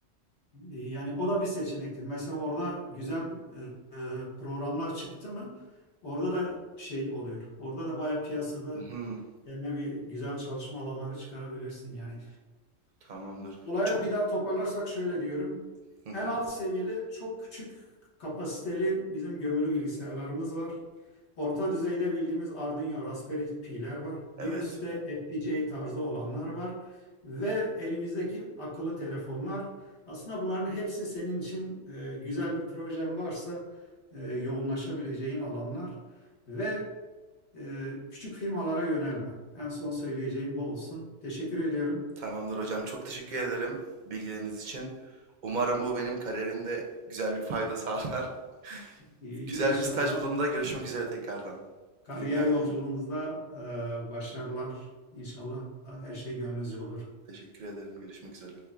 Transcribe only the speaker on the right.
<laughs> Hı hı,
Tamamdır
çok
hı hı,
evet.
Tamamdır hocam. Çok teşekkür ederim bilgileriniz için. Umarım bu benim kariyerimde güzel bir fayda sağlar. <laughs>
Güzel
bir staj bulduğumda görüşmek üzere tekrardan.
İyi günler
diliyorum.
Teşekkür ederim. Görüşmek üzere.